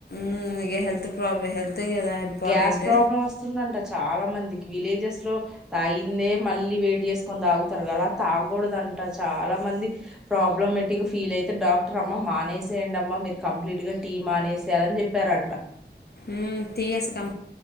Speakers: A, on the left; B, in the centre.
A: మ్మ్ ఇగ హెల్త్ ప్రాబ్ల హెల్త్ కదా ఇంపార్టెంట్
B: గ్యాస్ ప్రాబ్లం వస్తుందంట చాలా మందిక్ విలేజెస్ లో తాగిందే మళ్ళీ వేడి చేసుకొని తాగుతారు గదా తగుడాదంట చాలా మంది ప్రాబ్లమెటిక్ గా ఫీల్ అయితే డాక్టర్ అమ్మ మానేసేయండి అమ్మా మీరు కంప్లీట్ గా టీ మానేసేయాలని చెప్పారంట
A: మ్మ్ తీయస్ కం